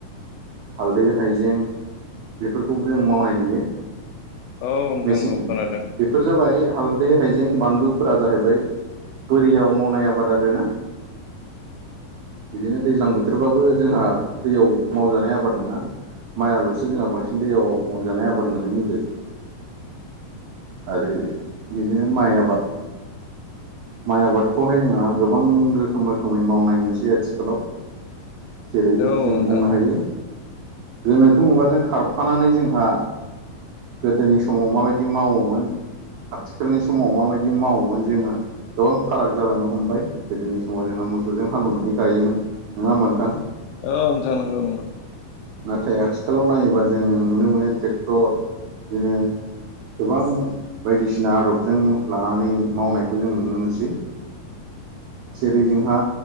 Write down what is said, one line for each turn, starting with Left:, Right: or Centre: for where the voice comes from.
Right: हालदै, हाइजें बेफोरखौबो जों मावनाय नुयो।
Left: औ नोंथां
Right: मेसें
Left: औ
Right: बे
Left: खोनादों
Right: बेफोर जाबाय हालदै हाइजें बानलुफोरा जाहैबाय बोरियाव मावनाय आबाद आरोना। बिदिनो दैज्लां बोथोरबाबो जोंहा दैयाव मावजानाय आबाद नङा। माइआल'सो जोंहा बांसिन दैयाव जानाय आबाद होननानै बुंजायो। आरो बिदिनो माइ आबाद माइ आबादखौहाय जोंहा गोबां रोखोम रोखोमै मावनाय नुसै आथिखालाव। जेरै-
Left: औ
Right: जों
Left: नोंथां
Right: बुंनो हायो गोनोखो मुगाजों खारफानानै जोंहा गोदोनि समाव मा बायदि मावोमोन, आथिखालनि समाव माबायदि मावोमोन जोंहा गोबां फाराग जालांनो हमबाय गोदोनि समाव जोंहा मोसौजों हालेवनानै गायोमोन नङा नोंथां।
Left: औ नोंथां नंगौ नंगौ।
Right: नाथाय आथिखालाव नायोबा जोङो नुनो मोनो। ट्रेक्टर बिदिनो गोबां बायदिसिना आदबजों लानानै मावनायखौ जों नुनो मोनसै। जेरै- जोंहा